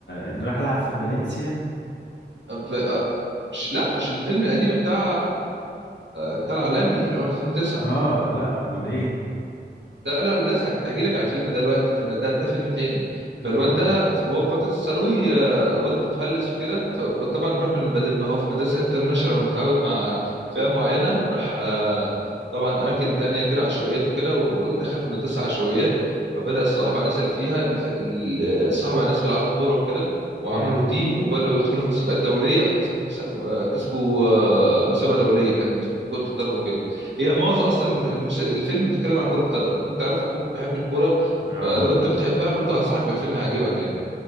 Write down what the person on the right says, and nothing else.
ف- آه، مش لا مش الفيلم القديم بتاع بتاع العالمي اللي هو 2009
لا لا لا لسه هجي لك على الفيلم ده دلوقتي انا ده ده فيلم تاني
فالواد ده هو في فتره الثانوي آه، والده فلس وكده فطبعا راح من بدل ما هو في مدرسه انترناشونال ومتعود مع فئه معينه راح آه، طبعا اماكن تانية كده عشوائيات وكده ودخل في مدرسه عشوائيات فبدا يصاحب على الناس اللي فيها الف- ال- صاحب على ناس بيلعبوا كوره وكده وعملوا
تيم وبداوا يدخلوا في مسابقات دوليه وكسبوا مسا- آه، كسبوا آه، مسابقه دوليه كان في كره القدم وكده هي معظم اصلا المس... الفيلم بيتكلم على كرة قدم وانت عارف اخوك بيحب الكورة
فلو انت بتحبها برضه هنصحك بالفيلم هيعجبك يعني